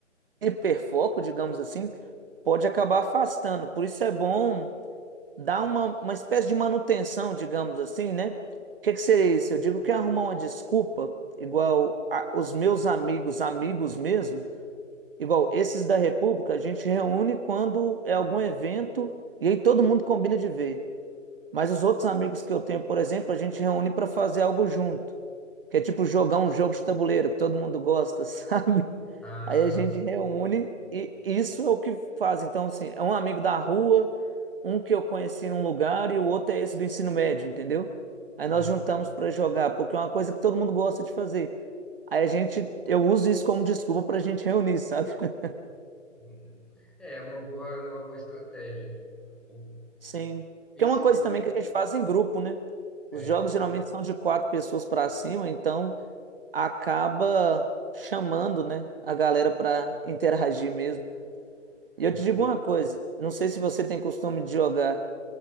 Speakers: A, on the right; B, in the centre.
A: Hiperfoco, digamos assim, pode acabar afastando. Por isso é bom dá uma, uma espécie de manutenção, digamos assim, né? O que que seria isso? Eu digo que é arrumar uma desculpa, igual a- os meus amigos, amigos mesmo, igual esses da República, a gente reúne quando é algum evento e aí todo mundo combina de ver. Mas os outros amigos que eu tenho, por exemplo, a gente reúne para fazer algo junto, que é tipo jogar um jogo de tabuleiro que todo mundo gosta, <laughs> sabe?
B: Ah,
A: Aí a gente reúne e isso é o que faz. Então, assim, é um amigo da rua, um que eu conheci em um lugar e o outro é esse do ensino médio, entendeu? Aí
B: uhum.
A: nós juntamos pra jogar, porque é uma coisa que todo mundo gosta de fazer. Aí a gente, eu uso isso como desculpa pra gente reunir, sabe? <laughs>
B: Uhum. É é uma boa, uma boa estratégia. O,
A: Sim.
B: esse,
A: Que é uma coisa
B: esse-
A: também que a gente faz em grupo, né? Os
B: é,
A: jogos geralmente são de quatro pessoas pra cima, então acaba chamando, né, a galera pra interagir mesmo. E
B: né?
A: eu te digo uma coisa, não sei se você tem costume de jogar,